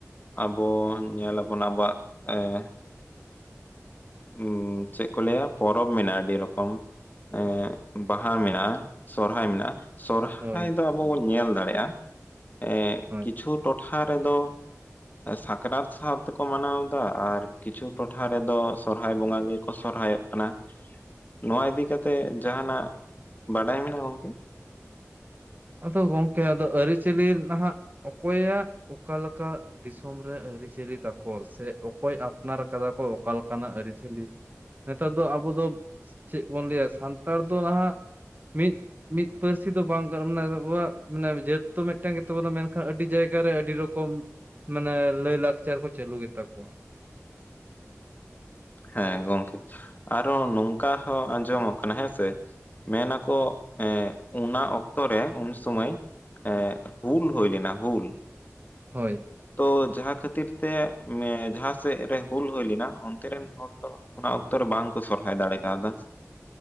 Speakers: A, on the left; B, on the right.
A: ᱟᱵᱚ ᱧᱮᱞᱟᱵᱚᱱ ᱟᱵᱚᱣᱟᱜ ᱮᱸ ᱩᱻ ᱪᱮᱜ ᱠᱚ ᱞᱟᱹᱭᱟ ᱯᱚᱨᱚᱵᱽ ᱢᱮᱱᱟᱜᱼᱟ ᱟᱹᱰᱤ ᱨᱚᱠᱚᱢ, ᱮᱻ ᱵᱟᱦᱟ ᱢᱮᱱᱟᱜᱼᱟ, ᱥᱚᱨᱦᱟᱭ ᱢᱮᱱᱟᱜᱼᱟ᱾ ᱥᱚᱨᱦᱟᱭ
B: ᱦᱳᱭ
A: ᱫᱚ ᱟᱵᱚ ᱵᱚᱱ ᱧᱮᱞ ᱫᱟᱲᱮᱜᱼᱟ ᱮᱻ
B: ᱦᱳᱭ
A: ᱠᱤᱪᱷᱩ ᱴᱚᱴᱷᱟ ᱨᱮᱫᱚ ᱥᱟᱠᱨᱟᱛ ᱥᱟᱶ ᱛᱮᱠᱚ ᱢᱟᱱᱟᱣ ᱫᱟ ᱟᱨ ᱠᱤᱪᱷᱩ ᱴᱚᱴᱷᱟ ᱨᱮᱫᱚ ᱥᱚᱨᱦᱟᱭ ᱵᱚᱸᱜᱟ ᱜᱮᱠᱚ ᱥᱚᱨᱦᱟᱭᱼᱚᱜ ᱠᱟᱱᱟ᱾ ᱱᱚᱣᱟ ᱤᱫᱤ ᱠᱟᱛᱮᱜ ᱡᱟᱦᱟᱸᱱᱟᱜ ᱵᱟᱰᱟᱭ ᱢᱮᱱᱟᱜᱼᱟ ᱜᱚᱝᱠᱮ?
B: ᱟᱫᱚ ᱜᱚᱝᱠᱮ ᱟᱫᱚ ᱟᱹᱨᱤᱼᱪᱟᱹᱞᱤ ᱱᱟᱦᱟᱜ ᱚᱠᱚᱭᱟᱜ ᱚᱠᱟ ᱞᱮᱠᱟ ᱫᱤᱥᱚᱢ ᱨᱮ ᱟᱹᱨᱤᱼᱪᱟᱹᱞᱤ ᱛᱟᱠᱚ ᱥᱮ ᱚᱠᱚᱭ ᱟᱯᱱᱟᱨ ᱠᱟᱫᱟ ᱠᱚ ᱚᱠᱟ ᱞᱮᱠᱟᱱᱟᱜ ᱟᱹᱨᱤᱼᱪᱟᱹᱞᱤ᱾ ᱱᱮᱛᱟᱨ ᱫᱚ ᱟᱵᱚ ᱫᱚ ᱪᱮᱫ ᱵᱚᱱ ᱞᱟᱹᱭᱟ ᱥᱟᱱᱛᱟᱲ ᱫᱚ ᱦᱟᱜ ᱢᱤᱫ ᱢᱤᱫ ᱯᱟᱹᱨᱥᱤ ᱫᱚ ᱵᱟᱝ <inaudible> ᱢᱟᱱᱮ ᱡᱟᱹᱛ ᱛᱚ ᱢᱤᱫᱴᱮᱝ ᱜᱮᱛᱟᱵᱚᱱᱟ ᱢᱮᱱᱠᱷᱟᱱ ᱟᱹᱰᱤ ᱡᱟᱭᱜᱟᱮ ᱟᱹᱰᱤ ᱨᱚᱠᱚᱢ ᱢᱟᱱᱮ ᱞᱟᱹᱭ ᱞᱟᱠᱪᱟᱨ ᱠᱚ ᱪᱟᱹᱞᱩ ᱜᱮᱛᱟ ᱠᱚᱣᱟ᱾
A: ᱦᱮᱸ ᱜᱚᱝᱠᱮ, ᱟᱨᱚ ᱱᱚᱝᱠᱟ ᱦᱚᱸ ᱟᱸᱡᱚᱢᱚᱜ ᱠᱟᱱᱟ ᱦᱮᱸ ᱥᱮ ᱢᱮᱱ ᱟᱠᱚ ᱮ ᱚᱱᱟ ᱚᱠᱛᱚ ᱨᱮ ᱩᱱ ᱥᱚᱢᱟᱹᱭ ᱮ ᱦᱩᱞ ᱦᱳᱭ ᱞᱮᱱᱟ ᱦᱩᱞ᱾
B: ᱦᱳᱭ᱾
A: ᱛᱚ ᱡᱟᱦᱟᱸ ᱠᱷᱟᱹᱛᱤᱨ ᱛᱮ ᱡᱟᱦᱟᱸ ᱥᱮ ᱨᱮ ᱦᱩᱞ ᱦᱳᱭ ᱞᱮᱱᱟ ᱚᱱᱛᱮᱨᱮᱱ ᱦᱚᱲ ᱫᱚ ᱚᱱᱟ ᱚᱠᱛᱚ ᱨᱮ ᱵᱟᱝ ᱠᱚ ᱥᱚᱨᱦᱟᱭ ᱫᱟᱲᱮ ᱠᱟᱣᱫᱟ᱾